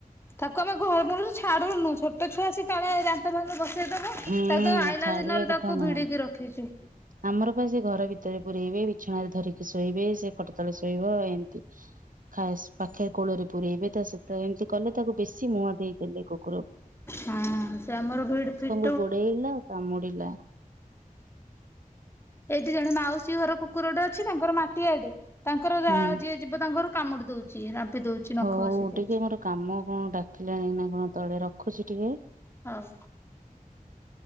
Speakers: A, on the left (about 15°); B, on the right (about 70°).
A: ତାକୁ ଆମେ ଘରୁ ନ ଛାଡୁନୁ ଛୋଟ ପଛୁଆ ଆସି କଳେ ଯାତା ଭ ବ ସେ ତ
B: ହୁଁ
A: ତା ତ ଆଇଲା
B: ଛାଡିବା
A: ଦିନରୁ
B: କଥା
A: ତାକୁ
B: ନୁହଁ
A: ଭିଡିକି ରଖିଛୁ
B: ଆମର ସେ ଘର ଭିତରେ ପୁରରେଇବେ ବିଛଣାରେ ଧରିକି ଶୋଇବେ ସେ ଖଟ ତଳେ ଶୋଇବ ଏମିତି ଖା ପାଖେ କୋଳରେ ପୂରେଇବେ ତା ସହିତ ଏମିତି କଲେ ତାକୁ ବେଶୀ ମୁହଁ ଦେଇଦେଲେ କୁକୁରକୁ
A: ହଁ ସେ ଆମର ଭିଡ ଫିଟ୍
B: ସୁ ଗୋଡେଇଲା କାମୁଡ଼ିଲା
A: ଏଇଠି ଜଣେ ମାଉସୀ ଘର କୁକୁରଟେ ଅଛି ତାଙ୍କର ମାଟିଆଡେ ତାଙ୍କର ଯାହା
B: ହୁଁ
A: ଯିଏ ଯିବ ତାଙ୍କର କାମୁଡିିବ ଦଉଛି ଦଉଛି ନଖ
B: ହଉ
A: ବସେଇ ଦଉଛି।
B: ଟିକେ ମୋର କାମ କଣ ଡାକିଲାଣି ନା କଣ ତଳେ ରଖୁଚି ଟିକେ।
A: ହଉ।